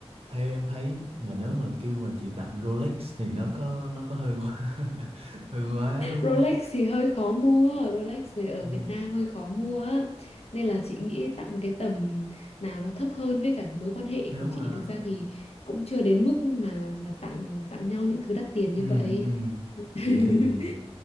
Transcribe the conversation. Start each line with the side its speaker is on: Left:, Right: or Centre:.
Right: theo em thấy mà nếu mà kêu mà chị tặng Rolex thì nó có nó có hơi quá <laughs> hơi quá đúng
Left: Rolex
Right: không?
Left: thì hơi khó mua, Rolex thì ở
Right: Ừ,
Left: Việt Nam hơi khó mua á. Nên là chị nghĩ tặng cái tầm nào nó thấp hơn với cả mối quan hệ
Right: nếu
Left: của chị
Right: mà
Left: thực ra thì cũng chưa đến mức mà mà tặng tặng nhau những thứ đắt tiền
Right: ừ,
Left: như vậy.
Right: ừ.
Left: <laughs>
Right: Vậy thì